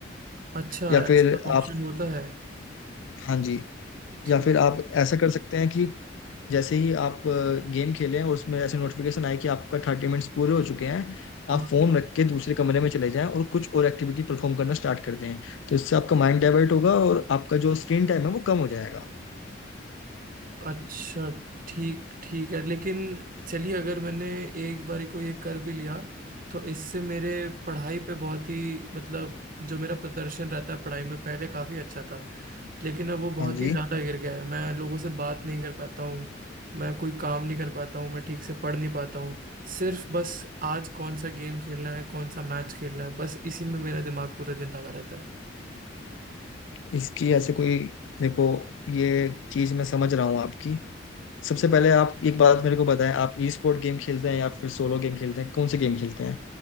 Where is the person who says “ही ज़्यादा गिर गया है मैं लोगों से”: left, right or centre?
Right